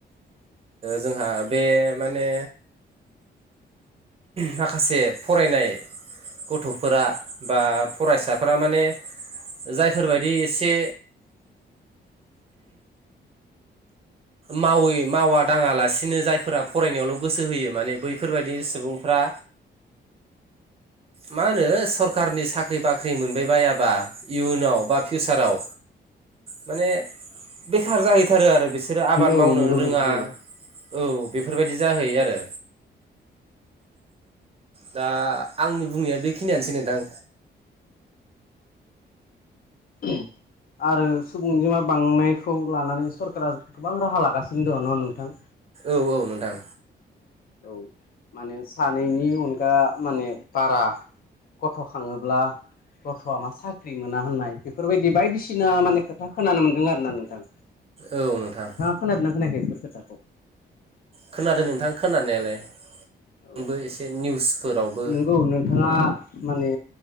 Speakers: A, on the right; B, on the left.
A: जोंहा बे माने माखासे फरायनाय गथ'फोरा बा फरायसाफोरा माने जायफोरबायदि एसे मावै मावा दाङालासिनो जायफोरा फरायनायावल' गोसो होयो माने बैफोरबायाददि सुबुंफ्रा मा होनो सरकारनि साख्रि बाख्रि मोनबाय बाबा इयुनाव बा फिउसाराव माने बेखार जाहै थारो आरो बिसोरो आबाद
B: औ
A: मावनो
B: नंगौ
A: रोङा
B: नोंथां औ
A: औ बेफोरबायदि जाहैयो आरो दा आंनि बुंनाया बेखिनियानोसै नोंथां
B: अ आरो सुबुंजिमा बांनायखौ लानानै सरकारा गोबां राहा लागासिनो दङ न नोंथां
A: औ औ नोंथां
B: औ माने सानैनि अन दा माने बारा गथ खाङोब्ला गथआ मा सा ख्रि मोना होननाय बेफोरबायदि बायदिसिना माने खोथा खोनानो मोनदों आरोना नोंथां।
A: औ नोंथां।
B: खोनादोना खोनायाखै बेफोर खोथाखौ।
A: खोनादों नोंथां खोनानायालाय
B: औ
A: आंबो एसे निउसफोरावबो
B: नंगौ औ नोंथाङा माने